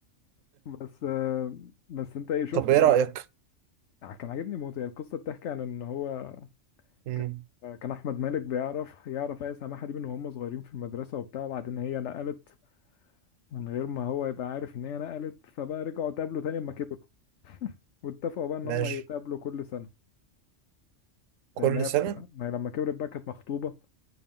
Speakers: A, on the left; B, on the right.
A: بس آه، بس انت
B: <laughs>
A: ايه شفت
B: طب ايه رأيك
A: يعني كان عاجبني موت هي القصه بتحكي عن ان هو
B: مم.
A: كان كان احمد مالك بيعرف يعرف ايه سماحه دي من وهم صغيرين في المدرسه وبتاع وبعدين هي نقلت من غير ما هو يبقى عارف ان هي نقلت فبقى رجعوا اتقابلوا تاني لما كبروا واتفقوا بقى ان
B: ماشي
A: هم يتقابلوا كل سنه
B: كل
A: لان هي
B: سنة
A: ما هي لما كبرت بقى كانت مخطوبه